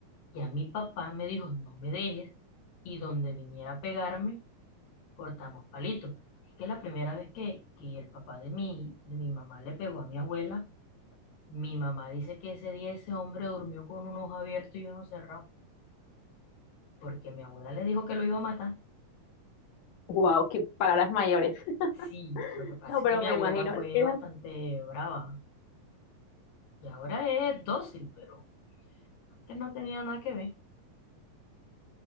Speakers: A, on the left; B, on the left.
A: que a mi papá me dijo, no me dejes, y donde viniera a pegarme, cortamos palitos. Es que la primera vez que, que el papá de mi, de mi mamá le pegó a mi abuela, mi mamá dice que ese día ese hombre durmió con un ojo abierto y uno cerrado, porque mi abuela le dijo que lo iba a matar.
B: wow, qué palabras mayores.
A: Sí,
B: <laughs>
A: lo que pasa
B: No, pero
A: es que mi
B: me
A: abuela
B: imagino,
A: fue
B: eran,
A: bastante brava y ahora es dócil, pero antes no tenía nada que ver.